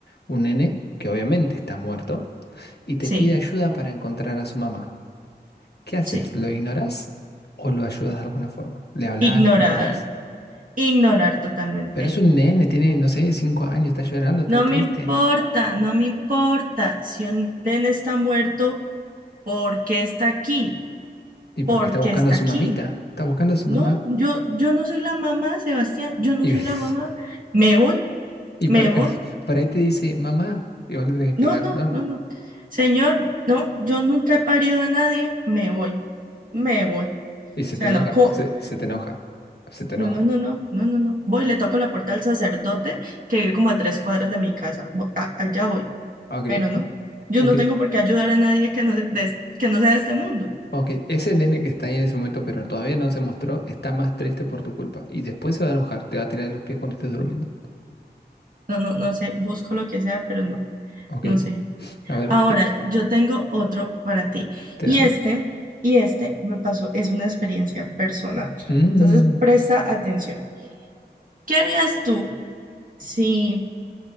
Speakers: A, on the left; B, on the right.
A: Un nene que obviamente está muerto y te
B: Sí,
A: pide ayuda para encontrar a su mamá. ¿Qué haces?
B: sí.
A: ¿Lo ignorás o lo ayudas de alguna forma? Le hablas,
B: Ignorar.
A: le preguntas.
B: Ignorar totalmente.
A: Pero es un nene, tiene, no sé, cinco años, está llorando, está
B: No
A: triste.
B: me importa, no me importa. Si un nene está muerto, ¿por qué está aquí?
A: Y porque
B: ¿Por
A: está
B: qué
A: buscando
B: está
A: a su
B: aquí?
A: mamita, está buscando a su
B: No,
A: mamá.
B: yo, yo no soy la mamá, Sebastián, yo no
A: Y,
B: soy
A: ves-
B: la mamá. Me voy,
A: <laughs> y
B: me
A: por,
B: voy.
A: <laughs> por ahí te dice, mamá. Y vos le tenés que explicar,
B: No, no,
A: no.
B: no, no. Señor, no, yo nunca he parido a nadie, me voy, me voy. O
A: Y se
B: sea,
A: te enoja,
B: no, co-
A: se, se te enoja, se te
B: no,
A: enoja.
B: no, no, no, no, no, no. Voy, le toco la puerta al sacerdote que vive como a tres cuadras de mi casa. Vo- a- allá voy.
A: Ah, Ok,
B: pero no, yo
A: ok.
B: no tengo por qué ayudar a nadie que no, de- de- que no sea de este mundo.
A: Ok, ese nene que está ahí en ese momento, pero todavía no se mostró, está más triste por tu culpa. Y después se va a enojar, te va a tirar de los pies cuando estés durmiendo.
B: No, no, no sé, busco lo que sea, pero no,
A: Ok,
B: no sé.
A: a ver,
B: Ahora,
A: te,
B: yo tengo otro para ti.
A: espérame.
B: Y este, y este me pasó, es una experiencia personal.
A: Mm,
B: Entonces, presta atención. ¿Qué harías tú si